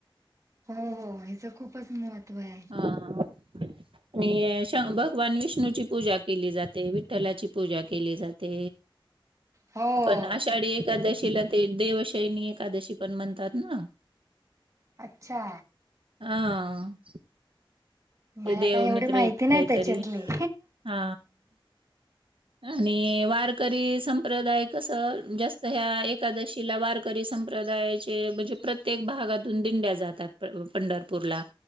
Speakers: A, on the right (about 35°); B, on the right (about 70°).
A: हो हो, हितं खूपच महत्त्व आहे.
B: हा हा आणि भगवान विष्णूची पूजा केली जाते. विठ्ठलाची, पूजा केली जाते.
A: हो
B: पण आषाढी एक एकादशीला ते देवशैनी एकादशी पण म्हणतात ना.
A: अच्छा,
B: ह. ते
A: मला
B: देव
A: काय एवढी
B: निद्रेत
A: माहिती नाही
B: काहीतरी
A: त्याच्यातली
B: हा. आणि वारकरी संप्रदाय कस. जास्त ह्या एकादशीला वार करी संप्रदायाचे म्हणजे प्रत्येक भागातून दिंड्या जातात पंढरपूरला.